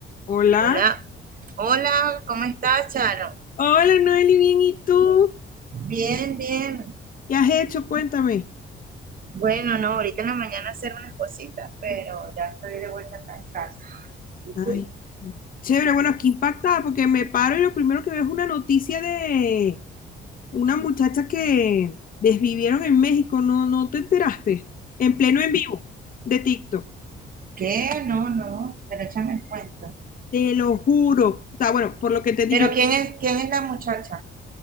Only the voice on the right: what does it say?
Hola, hola, ¿cómo estás, Charo?
Bien, bien.
Bueno, no, ahorita en la mañana hacer unas cositas, pero ya estoy de vuelta acá en casa. ¿Y
tú?
¿Qué? No, no, pero échame el cuento.
Pero
¿quién es, quién es la muchacha?